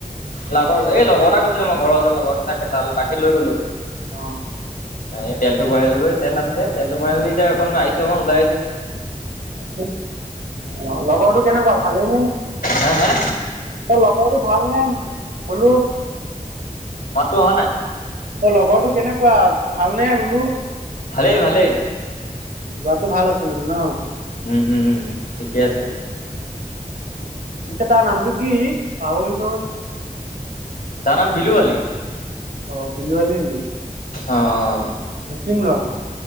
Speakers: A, on the left; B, on the right.
A: লগৰ এই লগৰ এটা গৈছিলো, মই ঘৰৰ ওচৰৰ লগৰ তাকে তাল তাকে লৈ গ'লো।
B: অ।
A: এ তেলটো ভৰাইলোগৈ, তেল নাছিলে। তেলটো ভৰাই মেলি এতিয়া অকণ আহিছোঁ, অ ওলাই আহিছোঁ।
B: অ, লগৰটো কেনেকুৱা ভালেই নে? অ,
A: হা হা
B: লগৰটো ভাল নে বোলো?
A: মাতটো অহা নাই।
B: অ, লগৰটো কেনেকুৱা, ভালনে বোলো?
A: ভালেই, ভালেই।
B: ল'ৰাটো ভাল আছে মানে ন?
A: উম-উম-উম, ঠিকে আছে।
B: অ, পিছে তাৰ নামটো কি? পাহৰিলোঁ নহয়।
A: তাৰ নাম বিলু আলী।
B: অ, বিলু আলী নেকি?
A: অ-অ-অ।
B: মুছলিম ল'ৰা।